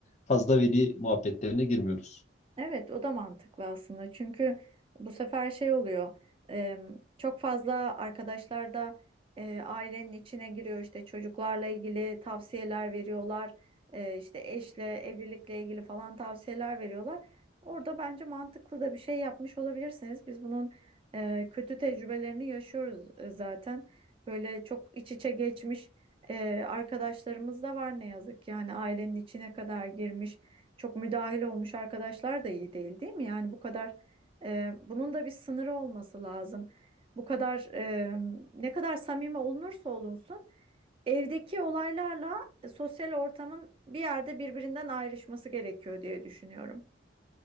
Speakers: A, on the left (about 35°); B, on the right (about 30°).
A: fazla veli muhabbetlerine girmiyoruz.
B: Evet, o da mantıklı aslında. Çünkü bu sefer şey oluyor. e, çok fazla arkadaşlar da e, ailenin içine giriyor. işte, çocuklarla ilgili tavsiyeler veriyorlar. E, işte eşle, evlilikle ilgili falan tavsiyeler veriyorlar. Orada bence mantıklı da bir şey yapmış olabilirsiniz. Biz bunun e, kötü tecrübelerini yaşıyoruz e, zaten. Böyle çok iç içe geçmiş e, arkadaşlarımız da var ne yazık ki. Yani ailenin içine kadar girmiş çok müdahil olmuş arkadaşlar da iyi değil, değil mi? Yani bu kadar e, bunun da bir sınırı olması lazım. Bu kadar e, ne kadar samimi olunursa olunsun evdeki olaylarla e, sosyal ortamın bir yerde birbirinden ayrışması gerekiyor diye düşünüyorum.